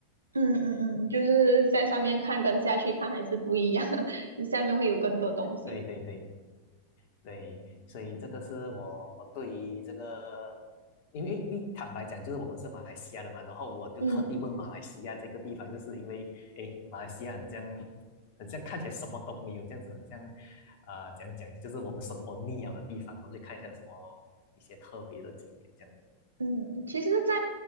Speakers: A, on the right (about 75°); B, on the left (about 45°).
A: 嗯嗯嗯，就是在上面看跟下去看还是不一样啊，<laughs> 就下面会有更多东西。
B: 对对对。对，所以这个是我我对于这个，因为因为坦白讲，就是我们是马来西亚的嘛，然后我就特地问马来西亚这个地方，
A: 嗯
B: 就是因为诶，马来西亚很像很像看起来什么都没有这样子，很像啊、讲讲就是我们生活腻了的地方，我就看一下有什么一些特别的景点这样。
A: 嗯，其实，在